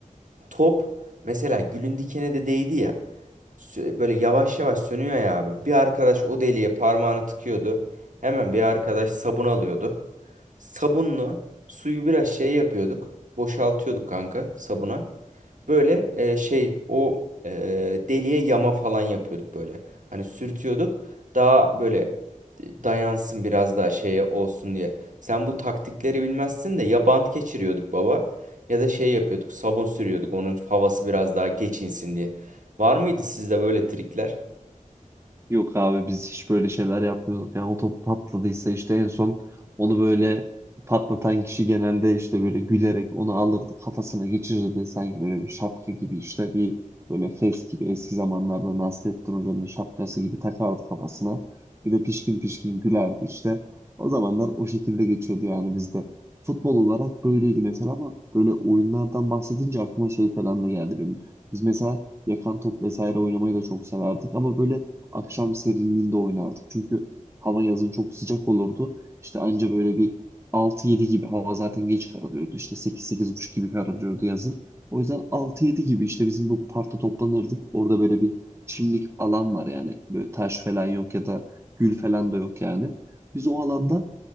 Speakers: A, on the right (about 70°); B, on the right (about 20°).
A: top mesela gülün dikene de değdi ya. sö- Böyle yavaş yavaş sönüyor ya abi. Bir arkadaş o deliğe parmağını tıkıyordu. Hemen bir arkadaş sabun alıyordu. Sabunlu suyu biraz şey yapıyorduk. Boşaltıyorduk kanka sabuna. Böyle e, şey o e, deliye yama falan yapıyorduk böyle. Hani sürtüyorduk. Daha böyle dayansın biraz daha şeye olsun diye. Sen bu taktikleri bilmezsin de ya bant geçiriyorduk baba ya da şey yapıyorduk sabun sürüyorduk onun havası biraz daha geçinsin diye. Var mıydı sizde böyle trikler?
B: Yok abi biz hiç böyle şeyler yapmıyorduk. Yani o top patladıysa işte en son onu böyle patlatan kişi genelde işte böyle gülerek onu alırdı kafasına geçirirdi. Sanki böyle bir şapka gibi işte bir böyle fes gibi eski zamanlarda Nasrettin Hoca'nın şapkası gibi takardı kafasına. Bir de pişkin pişkin gülerdi işte. O zamanlar o şekilde geçiyordu yani bizde. Futbol olarak böyleydi mesela ama böyle oyunlardan bahsedince aklıma şey falan da geldi benim. Biz mesela yakan top vesaire oynamayı da çok severdik ama böyle Akşam serinliğinde oynardık. Çünkü hava yazın çok sıcak olurdu. İşte anca böyle bir altı yedi gibi hava zaten geç kararıyordu. İşte sekiz sekiz buçuk gibi kararıyordu yazın. O yüzden altı yedi gibi işte bizim bu parkta toplanırdık. Orada böyle bir çimlik alan var yani. Böyle taş falan yok ya da gül falan da yok yani. Biz o alanda